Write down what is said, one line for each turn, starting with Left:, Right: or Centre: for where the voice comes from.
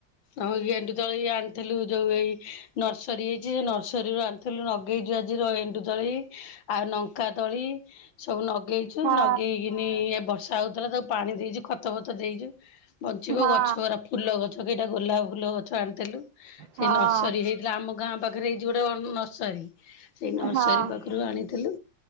Left: ଆଉ ଗେଣ୍ଡୁ ତଳି ଆଣିଥିଲୁ ଯୋଉ ଏଇ ନର୍ସରୀ ହେଇଚି ସେ ନର୍ସରୀରୁୁଆଣ୍ ଥିଲୁ ନଗେଇଚୁ ଆଜିର ଗେଣ୍ଡୁ ତଳି ଆଉ ନଙ୍କା ତଳି ସବୁ ନଗେଇ ଚୁ
Right: ହଁ
Left: ନଗେଇକିନି ଏ ବର୍ଷା ହଉଥିଲା ତାକୁ ପାଣି ଦେଇଚୁ ଖତ ଫତ ଦେଇଚୁ। ବଞ୍ଚିବ
Right: ହଁ
Left: ଗଛରା ଫୁଲ ଗଛ କେଇଟା ଗୋଲାପ ଫୁଲ ଗଛ ଆଣିଥିଲୁ ସେଇ
Right: ହଁ।
Left: ନର୍ସରୀ ହେ ହେଲା ଆମ ଗାଁ ପାଖରେ ହେଇଚି ଗୋଟେ ଓ ଅଁ ନର୍ସରୀ ସେଇ ନର୍ସରୀ
Right: ହଁ
Left: ପାଖରୁ ଆଣିଥିଲୁ।